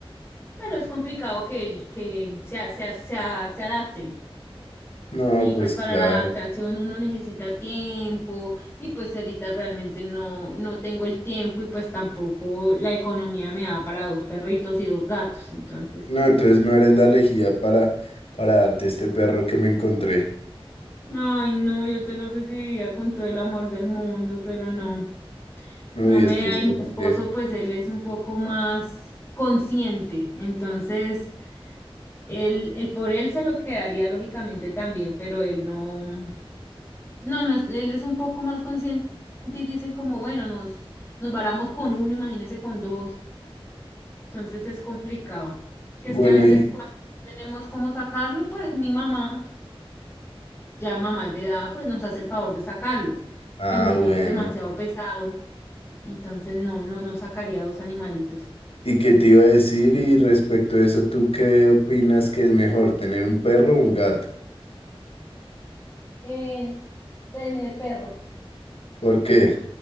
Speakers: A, on the left; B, on the left.
A: pero es complicado que, que se, a- se, a- se, a- se adapten.
B: No,
A: Y
B: pues
A: pues para
B: claro.
A: la adaptación uno necesita tiempo y pues ahorita realmente no, no tengo el tiempo y pues tampoco la economía me da para dos perritos y dos gatos, entonces.
B: No, entonces no eres la elegida para, para darte este perro que me encontré.
A: Ay, no, yo te lo recibiría con todo el amor del mundo, pero no.
B: No,
A: No
B: y
A: me
B: es que
A: hay
B: es complejo.
A: mi esposo, pues él es un poco más consciente, entonces él, él por él se lo quedaría lógicamente también, pero él no, no, no, es- él es un poco más consciente y dice como, bueno, nos, nos varamos con uno, imagínese con dos, entonces es complicado, que
B: Bueno,
A: es que a veces
B: y...
A: cuando no tenemos cómo sacarlo, pues mi mamá, ya mamá de edad, pues nos hace el favor de sacarlo,
B: Ah,
A: pues mi perro
B: bueno.
A: es demasiado pesado, entonces no, no, no sacaría dos animalitos.
B: ¿Y qué te iba a decir? Y respecto a eso, ¿tú qué opinas que es mejor, tener un perro o un gato?
A: eh, tener perro.
B: ¿Por qué?